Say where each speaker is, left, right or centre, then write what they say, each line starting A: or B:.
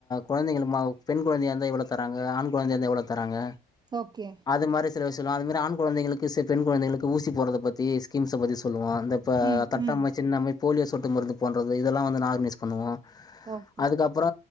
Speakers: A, on the left; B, on the right.
A: கொழந்தைங்களு மாவ் பெண் கொழந்தையா இந்தா எவ்ளோ தராங்க ஆண் கொழந்தையா இந்தா எவ்ளோ தராங்க
B: ஓகே
A: அது மாரி சில விஷ் சொல்லுவ அது மாரி ஆண் குழந்தைங்களுக்கு செப் பெண் குழந்தைகளுக்கு ஊசி போர்றதப் பத்தி ஸ்கின்ஸ்சப் பத்தி சொல்லுவோ இந்தப் இப்ப
B: ம்,
A: தட்டம்மை
B: ம்.
A: சின்னம்மை போலியோ சொட்டு மருந்து போன்றது இதெல்லா வந்து ஆர்கனைஸ் பண்ணுவோ
B: ஓகே.
A: அதுக்கப்பற